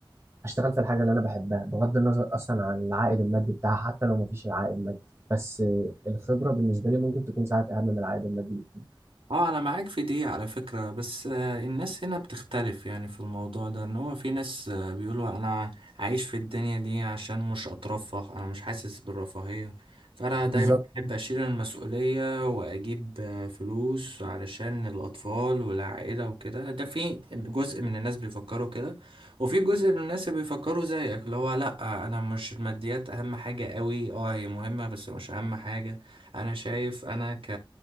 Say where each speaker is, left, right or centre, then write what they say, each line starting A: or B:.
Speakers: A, on the right (about 30°); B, on the right (about 80°).
A: أشتغل في الحاجة اللي أنا بحبها بغض النظر أصلا عن العائد المادي بتاعها حتى لو مفيش عائد مادي بس آه، الخبرة بالنسبة لي ممكن تكون ساعات أهم من العائد المادي بكتير.
B: اه انا معاك في دي على فكرة بس آه، الناس هنا بتختلف يعني في الموضوع ده ان هو في ناس آه، بيقولوا انا عايش في الدنيا دي عشان مش اترفه انا مش حاسس بالرفاهية فانا
A: بالظبط
B: دايما بحب اشيل المسؤولية واجيب آه، فلوس علشان الاطفال والعائلة وكده ده في جزء من الناس بيفكروا كده وفي جزء من الناس بيفكروا زيك اللي هو لا انا مش الماديات اهم حاجة قوي اه هي مهمة بس مش اهم حاجة انا شايف انا ك